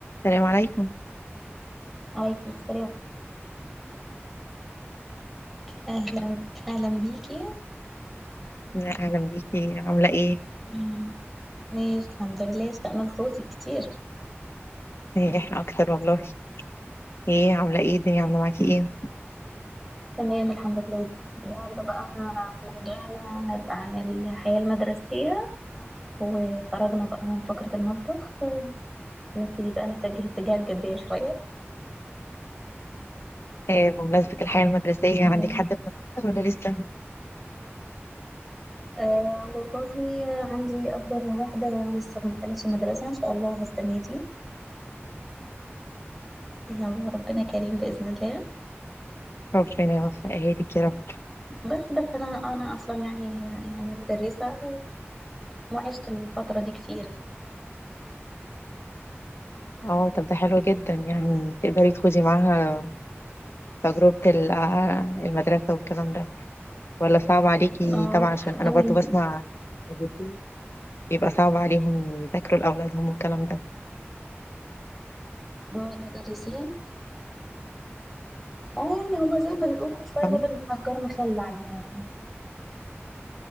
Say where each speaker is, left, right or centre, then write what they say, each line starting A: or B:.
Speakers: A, on the left; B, in the centre.
A: السلام عليكم
B: عليكم السلام أهلا أهلا بيكي
A: لا، اهلا بيكي عامله ايه
B: مم. ماشي الحمد لله اشتقنا لصوتك كتير
A: إيه، احنا اكتر والله ايه عامله ايه الدنيا عامله معاكي ايه
B: تمام الحمد لله النهارده بقى موضوعنا هيبقى عن الحياة المدرسية وخرجنا بقى من فقرة المطبخ نبتدي بقى نتجه اتجاهات جدية شوية
A: إيه، بمناسبة الحياة المدرسية
B: مم.
A: عندك حد في المدرسة ولا لسه؟
B: أه والله عندي أكبر واحدة لسه ما دخلتش المدرسة إن شاء الله السنة دي يلا ربنا كريم بإذن الله
A: ربنا يوفقها لك يا رب
B: بس بس أنا أنا أصلا يعني يعني مدرسة وعشت الفترة دي كتير يعني
A: اه طب ده حلو جدا يعني تقدري تخوضي معاها تجربة ال- آه، المدرسة والكلام ده ولا صعب عليكي
B: اه
A: طبعا عشان أنا
B: اول
A: برضو
B: يوم
A: بسمع مدرسين بيبقى صعب عليهم يذاكروا لأولادهم والكلام ده
B: والمدرسين اه يعني هما زي ما بيقولوا شويه
A: فاهمة؟
B: باب النجار مخلع يعني